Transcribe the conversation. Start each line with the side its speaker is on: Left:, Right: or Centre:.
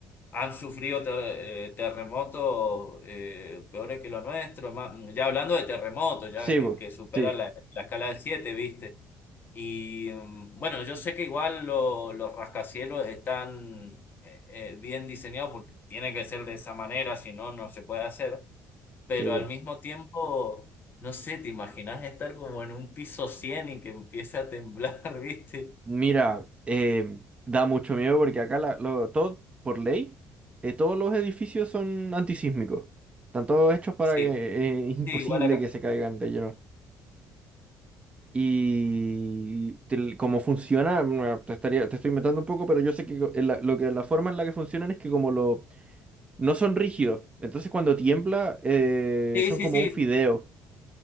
Left: han sufrido ter- eh, terremotos eh, peores que los nuestros. más- ya hablando de terremotos, ya
Right: sí,
Left: que,
Right: bo,
Left: que supera
Right: sí,
Left: la, la escala de siete ¿viste? Y mm, bueno, yo sé que igual lo- los rascacielos están eh, eh, bien diseñados porque tiene que ser de esa manera, si no, no se puede hacer pero
Right: sí, bo.
Left: al mismo tiempo no sé, ¿te imaginas estar como en un piso 100 y que empiece a temblar, <laughs> viste?
Right: Mira, eh, da mucho miedo porque acá la, lo- todo, por ley, eh, todos los edificios son antisísmicos. Están todos hechos para
Left: Sí,
Right: que eh, es imposible
Left: sí, igual acá.
Right: que se caigan de lleno. Y tel- cómo funciona, bueno, te estaría, te estoy inventando un poco, pero yo sé que co- en la, lo que, la forma en la que funcionan es que como lo, no son rígidos, entonces cuando tiembla eh,
Left: Sí,
Right: son
Left: sí,
Right: como
Left: sí.
Right: un fideo.